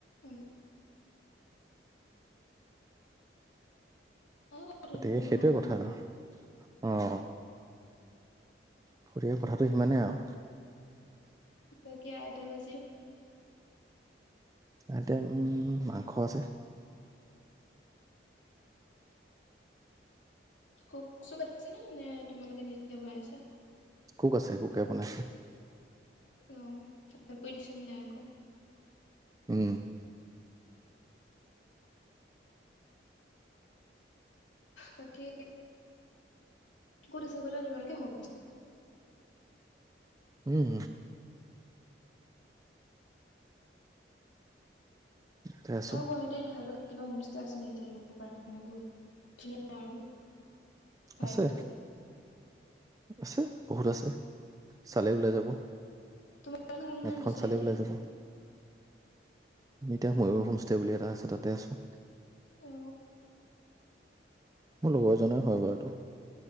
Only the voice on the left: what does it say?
অ কথাটো
নোহোৱা
নহয়
বাকী আইটেম আজি
কুক চু ক আছে নে নে তোমালোকে নিজে বনাই আছা।
অ হেলভ কৰি দিছ নে নাই আকৌ
বাকী ক'ত আছা বোলা তোমালোকে হোম
আৰু গুৱাহাটীত ভাল ভাল কিবা হোমষ্টে আছে নেকি থাকিব পাৰে মানে বহুত ধুনীয়া আৰু ভাইবটো
তোমালোকে কোনখনত
আছা
এতিয়া
অ